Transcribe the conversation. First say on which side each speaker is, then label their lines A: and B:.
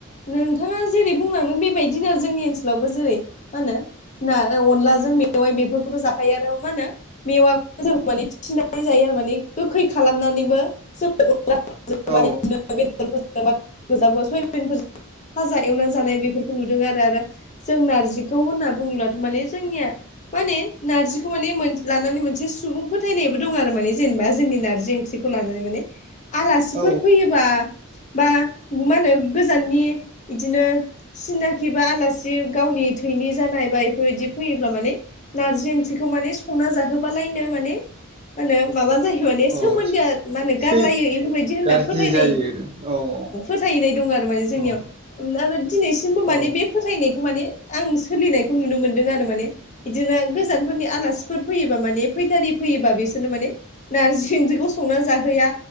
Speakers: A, on the left; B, on the right.
A: नोंथाङा जेरै बुंलांदों बेबायदिनो आरो जोंनि ओनसोलावबो जेरै मा होनो ना ओ अनलाजों मेवाइ बेफोरखौथ' जाखायो आरो मा होनो मेवाखौ जों माने फिनानै जायो आरो माने गोखै खालामनानैबो जों <unintelligible> सयाबिन
B: औ
A: फोरजों फाजा एवनानै जानाय बेफोरखौ नुदों आरो। आरो जों नारजिखौ होनना बुङोब्लाथ' माने जोंनिया माने नारजिखौ माने मोन लानानै मोनसे सुबुं फोथायनायबो दं आरो माने जेनेबा जोंनि नारजि ओंख्रि खौ लानानै माने आलासिफोर
B: औ
A: फैयोबा बा मा होनो गोजाननि इदिनो सिनाखि बा आलासि गावनि थैनि जानाय बा बेफोरबायदि फैयोब्ला माने नारजि ओंख्रिखौ माने संना जाहोबालायनो माने मा होनो माबा जायो माने सोमोन्दोआ
B: औ
A: मा होनो
B: सै
A: गारलायो बेफोरबायदि होनना
B: गाज्रि
A: फोथायनाय
B: जायो औ औ।
A: फोथायनाय दं आरो माने जोंनियाव
B: औ औ
A: आरो दिनैसिमबो माने
B: औ
A: बे फोथायनायखौ माने आं सोलिनायखौ नुनो मोनदों आरो माने बिदिनो गोजानफोरनि आलासिफोर फैयोबा माने फैथारि फैयोबा बिसोरनो माने नारजि ओंख्रिखौ संना जाहोआ